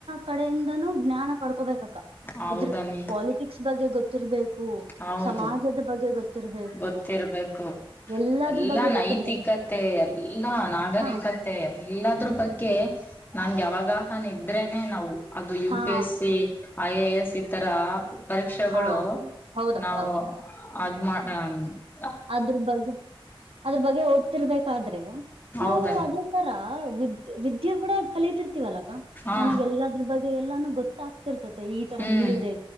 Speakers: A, on the right; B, on the left.
A: ಕಡೆಯಿಂದಾನೂ ಜ್ಞಾನ ಪಡ್ಕೋಬೇಕು ಅಕ್ಕ
B: ಹೌದಮ್ಮಿ
A: ಇದ್ರೆ ಕಾಲಿ ಫಿಸಿಕ್ಸ್ ಬಗ್ಗೆ ಗೊತ್ತಿರಬೇಕು
B: ಹೌದು
A: ಸಮಾಜದ ಬಗ್ಗೆ ಗೊತ್ತಿರಬೇಕು
B: ಗೊತ್ತಿರ್ಬೇಕು
A: ಇರ್ಬೇಕು ಎಲ್ಲದ್ರ
B: ಎಲ್ಲಾ
A: ಬಗ್ಗೆ
B: ನೈತಿಕತೆ
A: ಗೊತ್ತಿರ್ಬೇಕು
B: ಎಲ್ಲಾ ನಾಗರಿಕತೆ
A: ಹಾ
B: ಮತ್ತೆ ಎಲ್ಲದ್ರ ಬಗ್ಗೆ ನನ್ಗೆ ಯವಾಗಹ ನಿದ್ರೇನೆ ನಾವು ಅದು ಯು
A: ಹಾ
B: P S C I A S ಈ ತರ ಪರೀಕ್ಷೆಗಳು
A: ಹಾ ಹೌದಕ್
B: ನಾವು
A: ಹೌದಕ್
B: ಅದ್ ಮಾಡು ಹ
A: ಅದ್ರ ಬಗ್ಗೆ ಅದ್ರ ಬಗ್ಗೆ ಓದ್ತಿರ್ಬೇಕಾದ್ರೆ
B: ಹೌದನ್
A: ನಾವು ಅದೇ ಒಂತರ ವಿದ್ಯ ವಿದ್ಯೆ ಕೂಡ ಕಲಿತಿರ್ತೀವಿ ಅಲ್ಲ ಅಕ್ಕ
B: ಹಾ
A: ನಮಗೆಲ್ಲದ್ರ ಬಗ್ಗೆ ಎಲ್ಲಾನು ಗೊತ್ತ ಗೊತ್ತಾಗ್ತಿರ್ಟೈತೆ ಈ ತರ
B: ಹ್ಮ್
A: ಇಲ್ಲಿದೆ